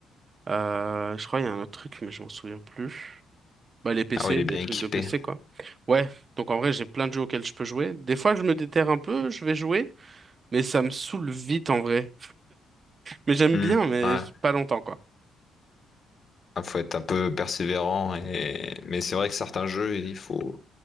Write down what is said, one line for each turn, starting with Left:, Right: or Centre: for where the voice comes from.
Right: Euh, je crois il y a un autre truc, mais je m'en souviens plus. Bah les PC,
Left: Ah ouais, il est bien
Right: les trucs
Left: équipé.
Right: de PC quoi. Ouais. Donc en vrai, j'ai plein de jeux auxquels je peux jouer. Des fois, je me déterre un peu, je vais jouer, mais ça me saoule vite en vrai. Mais j'aime
Left: Hmm,
Right: bien, mais
Left: ouais.
Right: pas longtemps, quoi.
Left: Ah, faut être un peu persévérant et mais c'est vrai que certains jeux, il faut,